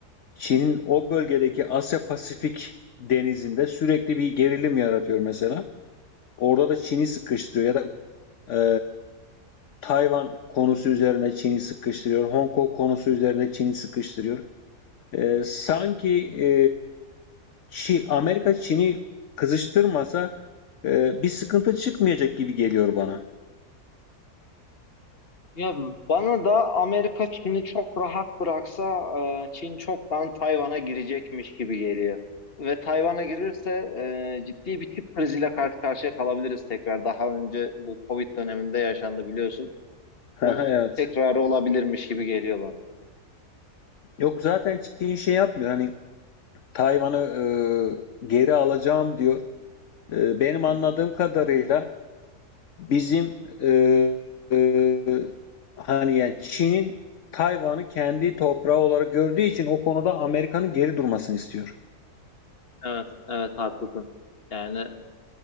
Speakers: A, on the left; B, on the left.
A: Çin'in o bölgedeki Asya Pasifik denizinde sürekli bir gerilim yaratıyor mesela. Orada da Çin'i sıkıştırıyor ya da e, Tayvan konusu üzerine Çin'i sıkıştırıyor. Hong Kong konusu üzerine Çin'i sıkıştırıyor. Ee, sanki e, Çi- Amerika Çin'i kızıştırmasa e, bir sıkıntı çıkmayacak gibi geliyor bana.
B: Ya bana da Amerika Çin'i çok rahat bıraksa e, Çin çoktan Tayvan'a girecekmiş gibi geliyor. Ve Tayvan'a girirse e, ciddi bir tip kriziyle karşı karşıya kalabiliriz tekrar. Daha önce bu Covid döneminde yaşandı biliyorsun. Onun
A: Aha, Evet.
B: tekrarı olabilirmiş gibi geliyor bana.
A: Yok zaten Çin şey yapmıyor. Hani Tayvan'ı e, geri alacağım diyor. Eee, benim anladığım
B: Hı,
A: kadarıyla bizim eee, eee, hani yani Çin'in Tayvan'ı kendi toprağı olarak gördüğü için o konuda Amerika'nın geri durmasını istiyor.
B: Evet, evet haklısın. Yani e,